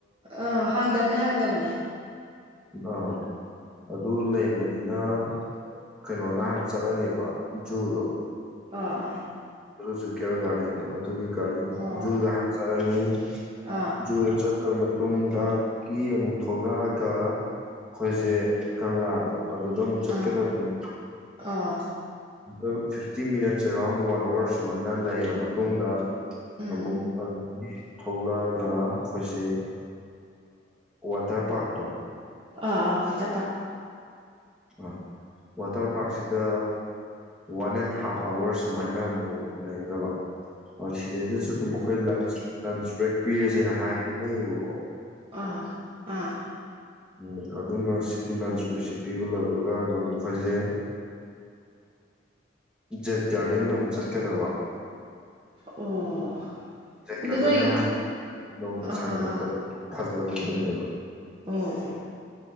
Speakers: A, on the right (about 30°); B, in the centre.
A: ꯑ ꯍꯥꯡꯗꯕꯅꯦ ꯍꯥꯡꯗꯕꯅꯦ
B: ꯑꯥ ꯑꯗꯨ ꯂꯩꯕꯅꯤꯅ ꯀꯩꯅꯣꯗ ꯍꯥꯟꯅ ꯆꯠꯂꯅꯦꯕ ꯖꯨꯗꯣ
A: ꯑꯥ ꯑ
B: ꯁꯨꯛꯦ ꯒꯥꯔꯤꯦꯟꯗꯣ ꯑꯗꯨꯒꯤ ꯒꯥ ꯔ
A: ꯑꯣ
B: ꯍꯥ ꯑꯅꯤ
A: ꯑꯥ
B: ꯔ ꯆ ꯇꯨꯡꯗꯒꯤ ꯑꯃꯨꯛ ꯊꯣꯛꯂꯛꯑꯒ ꯑꯩꯈꯣꯏꯁꯦ ꯀꯪꯂꯥꯗꯣ ꯑꯗꯨꯗ ꯑꯃꯨꯛ ꯆꯠꯀꯗꯕꯅꯦꯕ
A: ꯑꯥ ꯑꯥ
B: ꯑꯗꯣ fifty minutes around one hour ꯁꯨꯃꯥꯏꯅ ꯂꯩꯔ ꯃꯇꯨꯡꯗ
A: ꯎꯝ
B: ꯑꯃꯣ ꯊꯣꯛꯂꯛꯑꯒ ꯑꯩꯈꯣꯏꯁꯦ ꯋꯥꯇꯔ ꯄꯥꯔꯛꯇꯣ
A: ꯑ ꯑ ꯑꯣꯠꯇ ꯄꯥ
B: ꯑꯥ ꯋꯥꯇꯔ ꯄꯥꯔꯛꯁꯤꯗ ꯋꯥꯟ ꯑꯦꯟ ꯍꯥꯐ ꯑꯥꯋꯥꯔ ꯁꯨꯃꯥꯏꯅ ꯑꯃꯨꯛ ꯂꯩꯒꯗꯕ ꯍꯣꯏ ꯁꯤꯗꯩꯗꯁꯨ ꯑꯗꯨ ꯃꯈꯣꯏ ꯂ ꯂꯁ ꯕ꯭ꯔꯦꯛ ꯄꯤꯔꯁꯦꯅ ꯍꯥꯏꯔꯤꯅꯦꯕ
A: ꯑꯥ ꯑꯥ
B: ꯎꯝ ꯑꯗꯨꯅ ꯁꯤꯒꯤ ꯂꯟꯁ ꯕꯦꯛꯁꯦ ꯄꯤꯕ ꯂꯣꯏꯕꯒ ꯑꯗꯨꯝ ꯑꯩꯈꯣꯏꯁꯦ ꯖꯦꯠ ꯒꯥꯔꯗꯦꯟꯗ ꯑꯃꯨꯛ ꯆꯠꯀꯗꯕ
A: ꯑꯣ ꯑꯗꯨ
B: ꯒꯥꯔꯗꯦꯟ
A: ꯅꯣꯏ
B: ꯍꯥꯏꯔ ꯍꯥꯟꯅ ꯂꯅ
A: ꯑꯥ
B: ꯁꯥꯒꯠꯂꯛꯄ ꯐꯖ ꯖꯕ ꯀꯣ
A: ꯑꯣ ꯑꯣ